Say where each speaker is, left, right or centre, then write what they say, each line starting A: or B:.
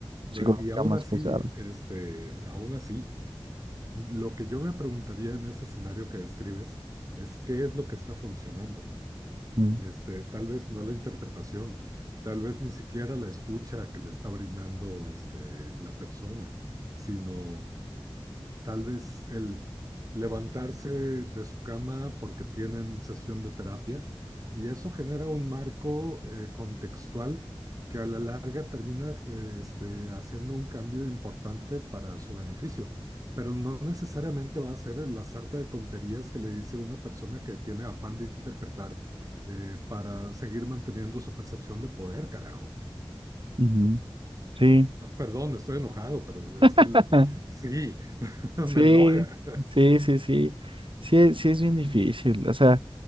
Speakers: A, on the right (about 65°); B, on the right (about 35°).
A: psicológica
B: eh, y aún
A: más
B: así,
A: pesada.
B: este, aún así, lo que yo me preguntaría en ese escenario que describes es qué es lo que está funcionando.
A: Mm,
B: Este, tal vez no la interpretación, tal vez ni siquiera la escucha que le está brindando, este, la persona, sino Tal vez el levantarse de su cama porque tienen sesión de terapia y eso genera un marco eh, contextual que a la larga termina eh, este, haciendo un cambio importante para su beneficio. Pero no necesariamente va a ser la sarta de tonterías que le dice una persona que tiene afán de interpretar eh, para seguir manteniendo su percepción de poder, carajo.
A: ujú, Sí.
B: Perdón, estoy enojado, pero es que
A: <laughs>
B: el- sí, <laughs>
A: Sí,
B: me enoja.
A: sí, sí, sí. Sí, sí es bien difícil. O sea,